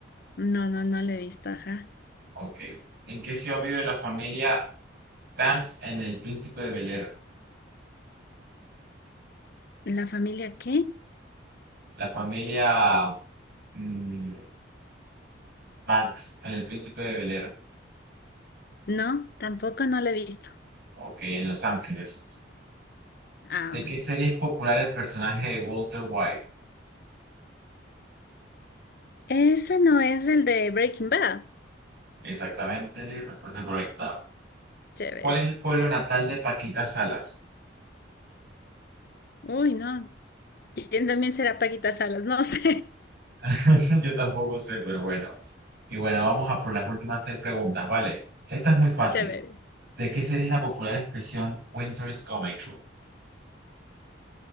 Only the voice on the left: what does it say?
No, no, no la he visto, ajá.
¿La familia qué?
No, tampoco no la he visto.
Ah,
ese no es el de Breaking Bad.
Chévere.
Uy, no. ¿Quién también será Paquita Salas? No sé.
<laughs> Chévere.